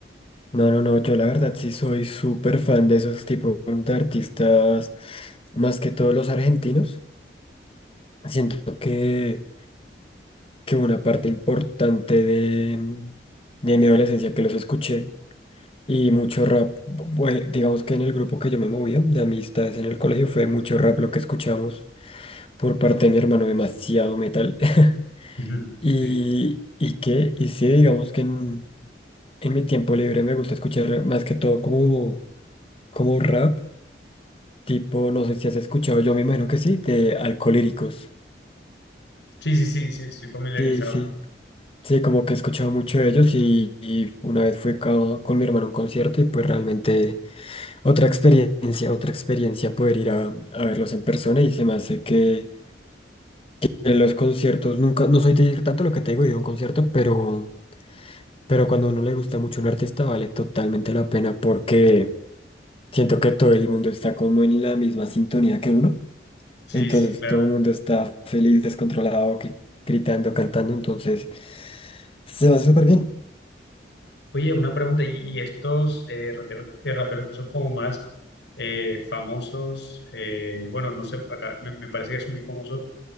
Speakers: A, on the left; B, on the left.
A: No, no, no, yo la verdad sí soy súper fan de esos tipos de artistas, más que todos los argentinos. Siento que, que una parte importante de, de mi adolescencia que los escuché y mucho rap, bue- digamos que en el grupo que yo me movía de amistades en el colegio fue mucho rap lo que escuchamos por parte de mi hermano, demasiado metal. <laughs>
B: Ujú,
A: Y,
B: Sí.
A: y que, y sí, digamos que en, en mi tiempo libre me gusta escuchar más que todo como, como rap. Tipo, no sé si has escuchado, yo me imagino que sí, de Alcolíricos.
B: Sí, sí, sí, sí, estoy familiarizado.
A: Sí, sí. Sí, como que he escuchado mucho de ellos y, y una vez fui co- con, mi hermano a un concierto y pues realmente otra experiencia, otra experiencia poder ir a, a verlos en persona y se me hace que en los conciertos nunca, no soy de ir tanto lo que te digo, ir a un concierto, pero, pero cuando a uno le gusta mucho un artista vale totalmente la pena porque siento que todo el mundo está como en la misma sintonía que uno.
B: Sí,
A: Entonces
B: sí, claro.
A: todo el mundo está feliz, descontrolado, gri- gritando, cantando. Entonces se va súper bien.
B: Oye, una pregunta, ¿y y estos eh, rateros- eh, raperos que son como más eh, famosos? eh, bueno, no sé, acá me, me parece que es muy famoso